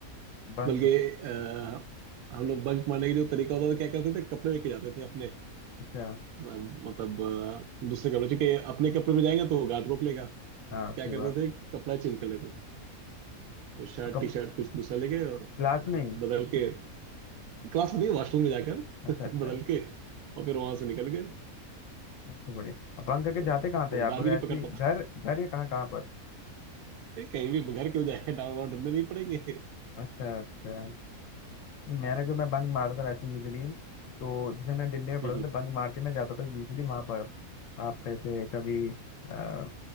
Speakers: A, on the left (about 70°); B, on the right (about 75°).
A: बंक
B: बल्कि अह, हम लोग बंक मारने के जो तरीका होता था क्या करते थे कपड़े लेके जाते थे अपने
A: अच्छा
B: म- मतलब अह, दूसरे कपड़े क्योंकि अपने कपड़े में जाएंगे तो गार्ड रोक लेगा
A: हाँ सही
B: क्या करते
A: बात
B: थे कपड़ा चेंज कर लेते थे कुछ शर्ट
A: कब
B: टी शर्ट कुछ दूसरा ले गए और
A: क्लास
B: अ, बदल
A: में ही
B: के क्लास में नहीं वॉशरूम में जाकर
A: अच्छा
B: <laughs>
A: अच्छा
B: बदल के और फिर वहां से निकल गए
A: सबसे बढ़िया बंक करके
B: तो
A: जाते कहाँ
B: वो
A: थे आप
B: गार्ड
A: मतलब
B: भी
A: ऐसे
B: नहीं पकड़
A: ही घर
B: पाता
A: घर या कहाँ कहाँ
B: ये कहीं भी घर क्यों जाए <laughs> डांव वाव ढूंढने नहीं पड़ेंगे
A: अच्छा अच्छा नहीं, मैंने
B: हाँ
A: जो मैं बंक मारता था वैसे यूजली तो जैसे मैं दिल्ली में पढ़ता
B: हम्म, हम्म,
A: था बंक मार के मैं जाता था यूजली वहाँ पर आप कैसे कभी आ,